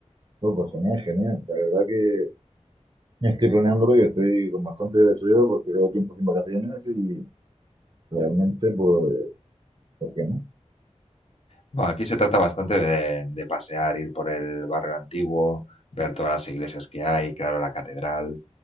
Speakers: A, on the right; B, on the left.
A: Oh, pues genial, genial. La verdad que estoy planeándolo y estoy con bastante deseo porque llevo tiempo sin vacaciones y realmente pues Ok, ¿no?
B: Bueno, aquí se trata bastante de, de pasear, ir por el barrio antiguo, ver todas las iglesias que hay, claro, la catedral,